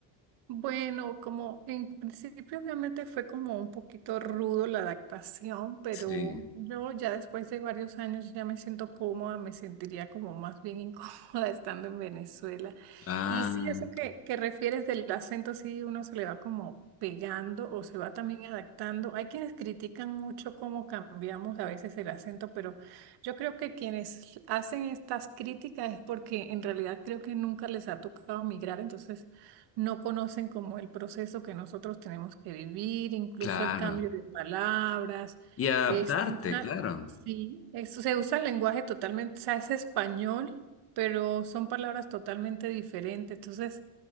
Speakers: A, on the right (about 55°); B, on the left (about 30°).
A: Bueno, como en principio obviamente fue como un poquito rudo la adaptación, pero
B: Sí.
A: yo ya después de varios años ya me siento cómoda, me sentiría como más bien incómoda <laughs> estando en Venezuela.
B: Ah,
A: Y sí, eso que, que refieres del acento, sí, uno se le va como pegando o se va también adaptando. Hay quienes critican mucho cómo cambiamos a veces el acento, pero yo creo que quienes hacen estas críticas es porque en realidad creo que nunca les ha tocado migrar, entonces no conocen como el proceso que nosotros tenemos que vivir, incluso
B: claro.
A: el cambio de palabras.
B: Y adaptarte,
A: Es, usa-
B: claro.
A: sí, eso se usa el lenguaje totalmente, o sea, es español, pero son palabras totalmente diferentes. Entonces